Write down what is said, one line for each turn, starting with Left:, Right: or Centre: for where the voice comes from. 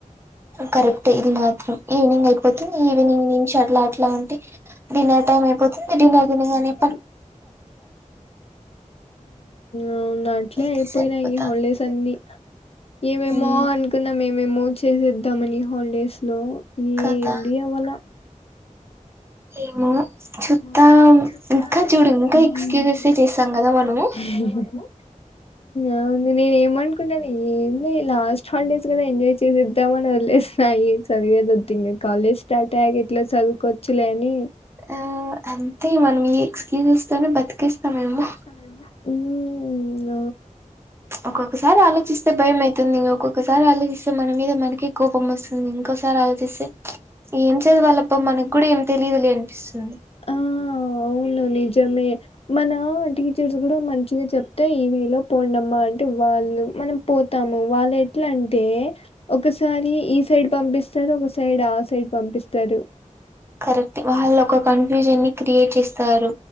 Right: కరెక్ట్ ఇది మా త్రం ఈవినింగ్ అయిపోతుంది ఈవినింగ్ నుంచి అట్లా అట్లా ఉంటే డిన్నర్ టైం అయిపోతుంది డిన్నర్ దినింగనే
Left: మ్ అవునట్ అట్లా
Right: ఇదే
Left: అయిపోయినాయి
Right: సరిపోతాంది
Left: హాలిడేస్ అన్ని ఏమేమో
Right: మ్మ్
Left: అనుకున్నం ఏమేమో చేసేద్దామని హాలిడేస్ లో ఏంది
Right: కదా
Left: అవ్వాల
Right: ఏమో చూద్దాం
Left: మ చుట్టాలు
Right: ఇంకా చూడు ఇంకా
Left: ఇంక
Right: ఎక్స్క్యూజెసే
Left: చూడూ ఇంక
Right: చేస్తాం
Left: ఏస్క్యూజ్
Right: కదా
Left: ఐతే
Right: మనము
Left: <unintelligible> మ్ ఆ బావుంది నేనేమనుకున్ననే ఏంలే ఈ లాస్ట్ హాలిడేస్ కదా ఎంజాయ్ చేసేద్దామని వదిలేసా సదివేది వద్దు ఇంగ కాలేజ్ స్టార్ట్ అయ్యాక ఏట్లా సదువుకోవచ్చులే అని
Right: ఆ అంతే మనం ఈ ఎక్స్క్యూజెస్ తోనే బతికిస్తామేమో
Left: హ్ మ
Right: ఒక్కొక్కసారి ఆలోచిస్తే భయం అయితుంది ఇంగ ఒక్కొక్కసారి ఆలోచిస్తే మన మీద మనకే కోపం వస్తుంది మ్ ఇంకోసారి ఆలోచిస్తే ఏం చదువాలబ్బ మనక్ గూడ ఏం తెలియదు లే అనిపిస్తుంది
Left: ఆ అవును నిజమే మనా టీచర్స్ గూడా మంచిగా చెప్తే ఈ నెల పోండమా అం టే వాళ్ళు మనం పోతాము వాళ్ళు ఎట్ల అంటే ఒకసారి ఈ సైడ్ పంపిస్ స్తాడు ఒక సైడ్ ఆ సైడ్ పంపిస్తరు
Right: కరెక్టె వాళ్ళు ఒక కన్ఫ్యూజన్ ని క్రియేట్ చేస్తారు